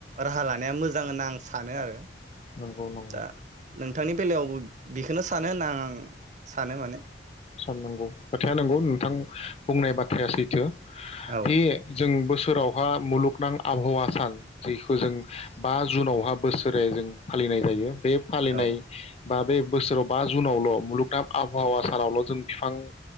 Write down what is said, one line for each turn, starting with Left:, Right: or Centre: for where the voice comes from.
Right: राहा लानाया मोजां होनना आं सानो आरो
Left: नंगौ नंगौ
Right: दा नोंथांनि बेलायावबो बेखोनो स सानो होनना आं आं सानो माने
Left: साननांगौ खोथाया नोंगौ नोंथां बुंनाय बाथ्राया सैथो
Right: औ
Left: बे जों बोसोर फोरावहा मुलुगनां आबहावा सान जेखौ जों बा जुनावहा बोसोरे जों फालिनाय जायो बे फालिनाय
Right: औ
Left: बा बे बोसोराव बा जुनावल मुलुगनां आबहावा सानावल जों फिफां